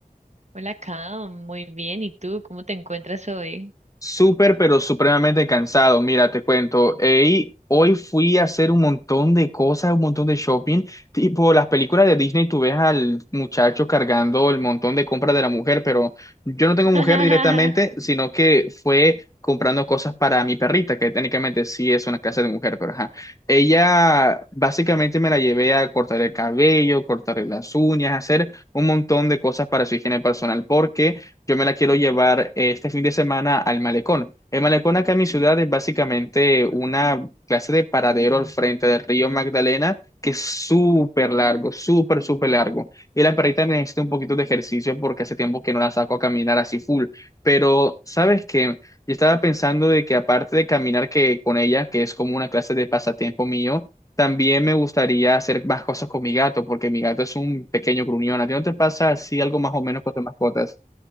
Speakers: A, on the right (about 50°); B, on the left (about 20°).
A: Hola, Cam. Muy bien. ¿Y tú? ¿Cómo te encuentras hoy?
B: Súper, pero supremamente cansado. Mira, te cuento. Hey, hoy fui a hacer un montón de cosas, un montón de shopping. Tipo, las películas de Disney, tú ves al muchacho cargando el montón de compras de la mujer, pero yo no tengo
A: <laughs>
B: mujer directamente, sino que fue comprando cosas para mi perrita, que técnicamente sí es una casa de mujer, pero ajá. Ella básicamente me la llevé a cortar el cabello, cortarle las uñas, hacer un montón de cosas para su higiene personal, porque yo me la quiero llevar eh, este fin de semana al malecón. El malecón acá en mi ciudad es básicamente una clase de paradero al frente del río Magdalena que es súper largo, súper, súper largo. Y la perrita necesita un poquito de ejercicio porque hace tiempo que no la saco a caminar así full. Pero, ¿sabes qué? Yo estaba pensando de que aparte de caminar que con ella, que es como una clase de pasatiempo mío, también me gustaría hacer más cosas con mi gato, porque mi gato es un pequeño gruñón. ¿A ti no te pasa así algo más o menos con tus mascotas?